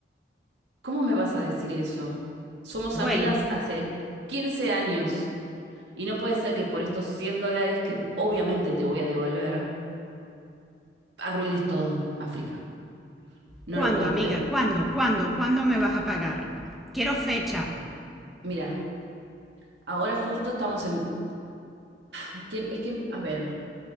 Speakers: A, on the right; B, in the centre.
A: ¿cómo me vas a decir eso? Somos
B: Bueno,
A: amigas hace 15 años y no puede ser que por estos 100 dólares que obviamente te voy a devolver arruines todo, África. No
B: ¿cuándo,
A: lo puedo
B: amiga?
A: creer.
B: ¿Cuándo? ¿Cuándo? ¿Cuándo me vas a pagar? Quiero fecha.
A: Mira, ahora justo estamos en... Es que, es que a ver,